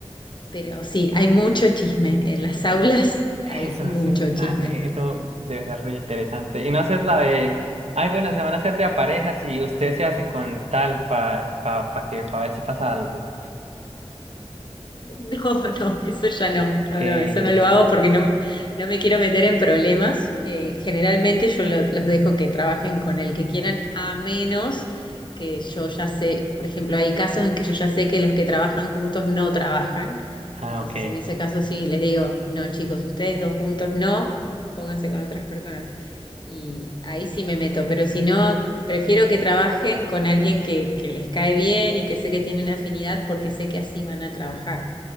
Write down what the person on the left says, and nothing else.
pero sí, hay mucho chisme en las aulas, hay
mucho
chisme.
<laughs> No, no, eso ya no, no,
no, eso no lo hago porque no, no me quiero meter en problemas. Eh, generalmente yo lo- los dejo que trabajen con el que quieran, a menos que yo ya sé, por ejemplo, hay casos en que yo ya sé que los que trabajan juntos no trabajan.
Entonces,
en ese caso sí, les digo, no, chicos, ustedes dos juntos no, pónganse con otras personas. Y ahí sí me meto, pero si no, prefiero que trabajen con alguien que, que les cae bien y que sé que tienen afinidad porque sé que así van a trabajar.